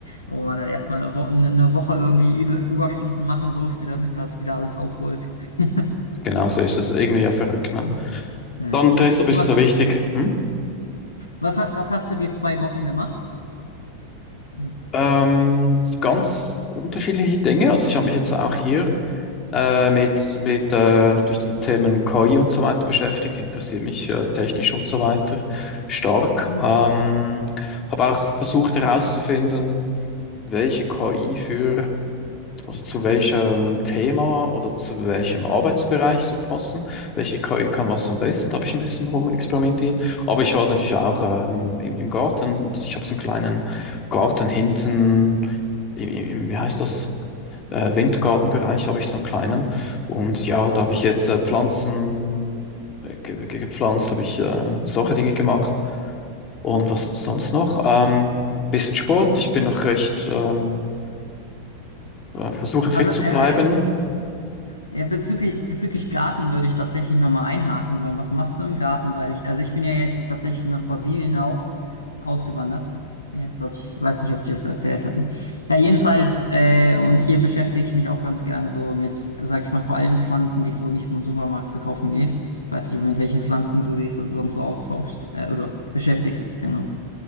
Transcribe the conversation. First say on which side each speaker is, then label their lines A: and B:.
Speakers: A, on the left (about 80°); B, on the left (about 30°).
A: wo man dann erstmal eine, Wo ne, eine Woche irgendwie über Überstunden machen durfte, damit man das wieder alles aufholt. <laughs>
B: Genau so ist es. Irgendwie ja verrückt, ne?
A: Hm. Ja.
B: Dann Dresdner ist
A: Und Was,
B: du so
A: ja.
B: wichtig. Hm?
A: was, ha- was hast du die zwei Wochen gemacht? Ja.
B: Ähm, ganz unterschiedliche Dinge. Also ich habe mich jetzt auch hier äh, mit, mit äh, natürlich den Themen KI und so weiter beschäftigt, interessiere mich äh, technisch und so weiter stark.
A: Hm.
B: Ähm, habe auch versucht herauszufinden, welche KI für oder zu welchem Thema oder zu welchem Arbeitsbereich so passen, welche KI kann was am besten, da habe ich ein bisschen rumexperimentiert. Aber ich war natürlich auch ähm, im, im Garten, ich habe so einen kleinen Garten hinten, im, im, im- wie heißt das, äh, Wintergartenbereich habe ich so einen kleinen und ja, da habe ich jetzt äh, Pflanzen äh, ge ge gepflanzt, habe ich äh, solche Dinge gemacht. Und was sonst noch?
A: Ja,
B: Ähm, bisschen Sport.
A: Spannend.
B: Ich bin noch recht, ähm, äh, versuche fit
A: Also, äh,
B: zu bleiben.
A: äh, Ja, bezüglich, bezüglich Garten würde ich tatsächlich nochmal einhaken wollen. Was machst du im Garten? Weil ich, also ich bin ja jetzt tatsächlich nach Brasilien auch ausgewandert. Ja, Jetzt hatte ich weiß nicht, ob ich das erzählt hatte. Ja, jedenfalls, äh, und hier beschäftige ich mich auch ganz gerne so mit, sag ich mal, vor allem Pflanzen, die es so nicht so im Supermarkt zu kaufen geht. Ich weiß nicht, mit welchen Pflanzen du dich so, sonst so austauschst, äh, oder beschäftigst, genau.